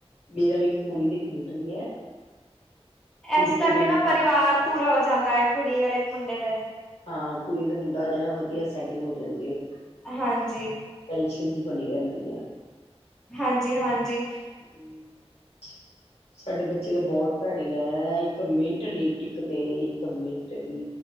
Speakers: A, on the left; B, in the centre.
A: ਮੇਰਾ ਵੀ ਇੱਕ ਕੁੜੀ ਤੇ ਇੱਕ ਮੁੰਡਾ ਹੀ ਹੈ ਕੁੜੀ
B: ਐਸ
A: ਤੇ
B: ਕਰਕੇ
A: ਮੇਰੀ
B: ਨਾ ਪਰਿਵਾਰ ਪੂਰਾ ਹੋ ਜਾਂਦਾ ਹੈ ਇੱਕ ਕੁੜੀ ਔਰ ਇੱਕ ਮੁੰਡੇ ਦਾ
A: ਹਾਂ ਕੁੜੀ ਦਾ ਮੁੰਡਾ ਜਰਾਂ ਵਧੀਆ ਸੈਟਿੰਗ ਹੋ ਜਾਂਦੇ
B: ਹਾਂਜੀ
A: ਟੈਨਸ਼ਨ ਜੀ ਬਣੀ ਰਹਿੰਦੀ ਆ
B: ਹਾਂਜੀ ਹਾਂਜੀ
A: <unintelligible> ਸਾਡੇ ਬੱਚੇ ਤਾਂ ਬਹੁਤ ਭੈੜੇ ਆ ਇੱਕ ਮਿੰਟ ਨਹੀਂ ਟਿਕਦੇ ਇੱਕ ਮਿੰਟ ਵੀ